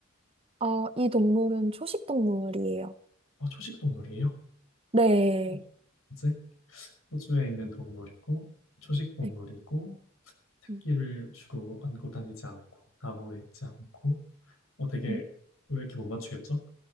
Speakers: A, on the right (about 25°); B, on the left (about 85°).
A: 아, 이 동물은 초식 동물이에요.
B: 어, 초식 동물이에요?
A: 네.
B: 어, 뭐지? 호주에 있는 동물이고, 초식 동물이고,
A: 네.
B: 새
A: 음,
B: 끼를 주로 안고 다니지 않고 나무에 있지 않고 어 되게
A: 네.
B: 왜 이렇게 못 맞추겠죠?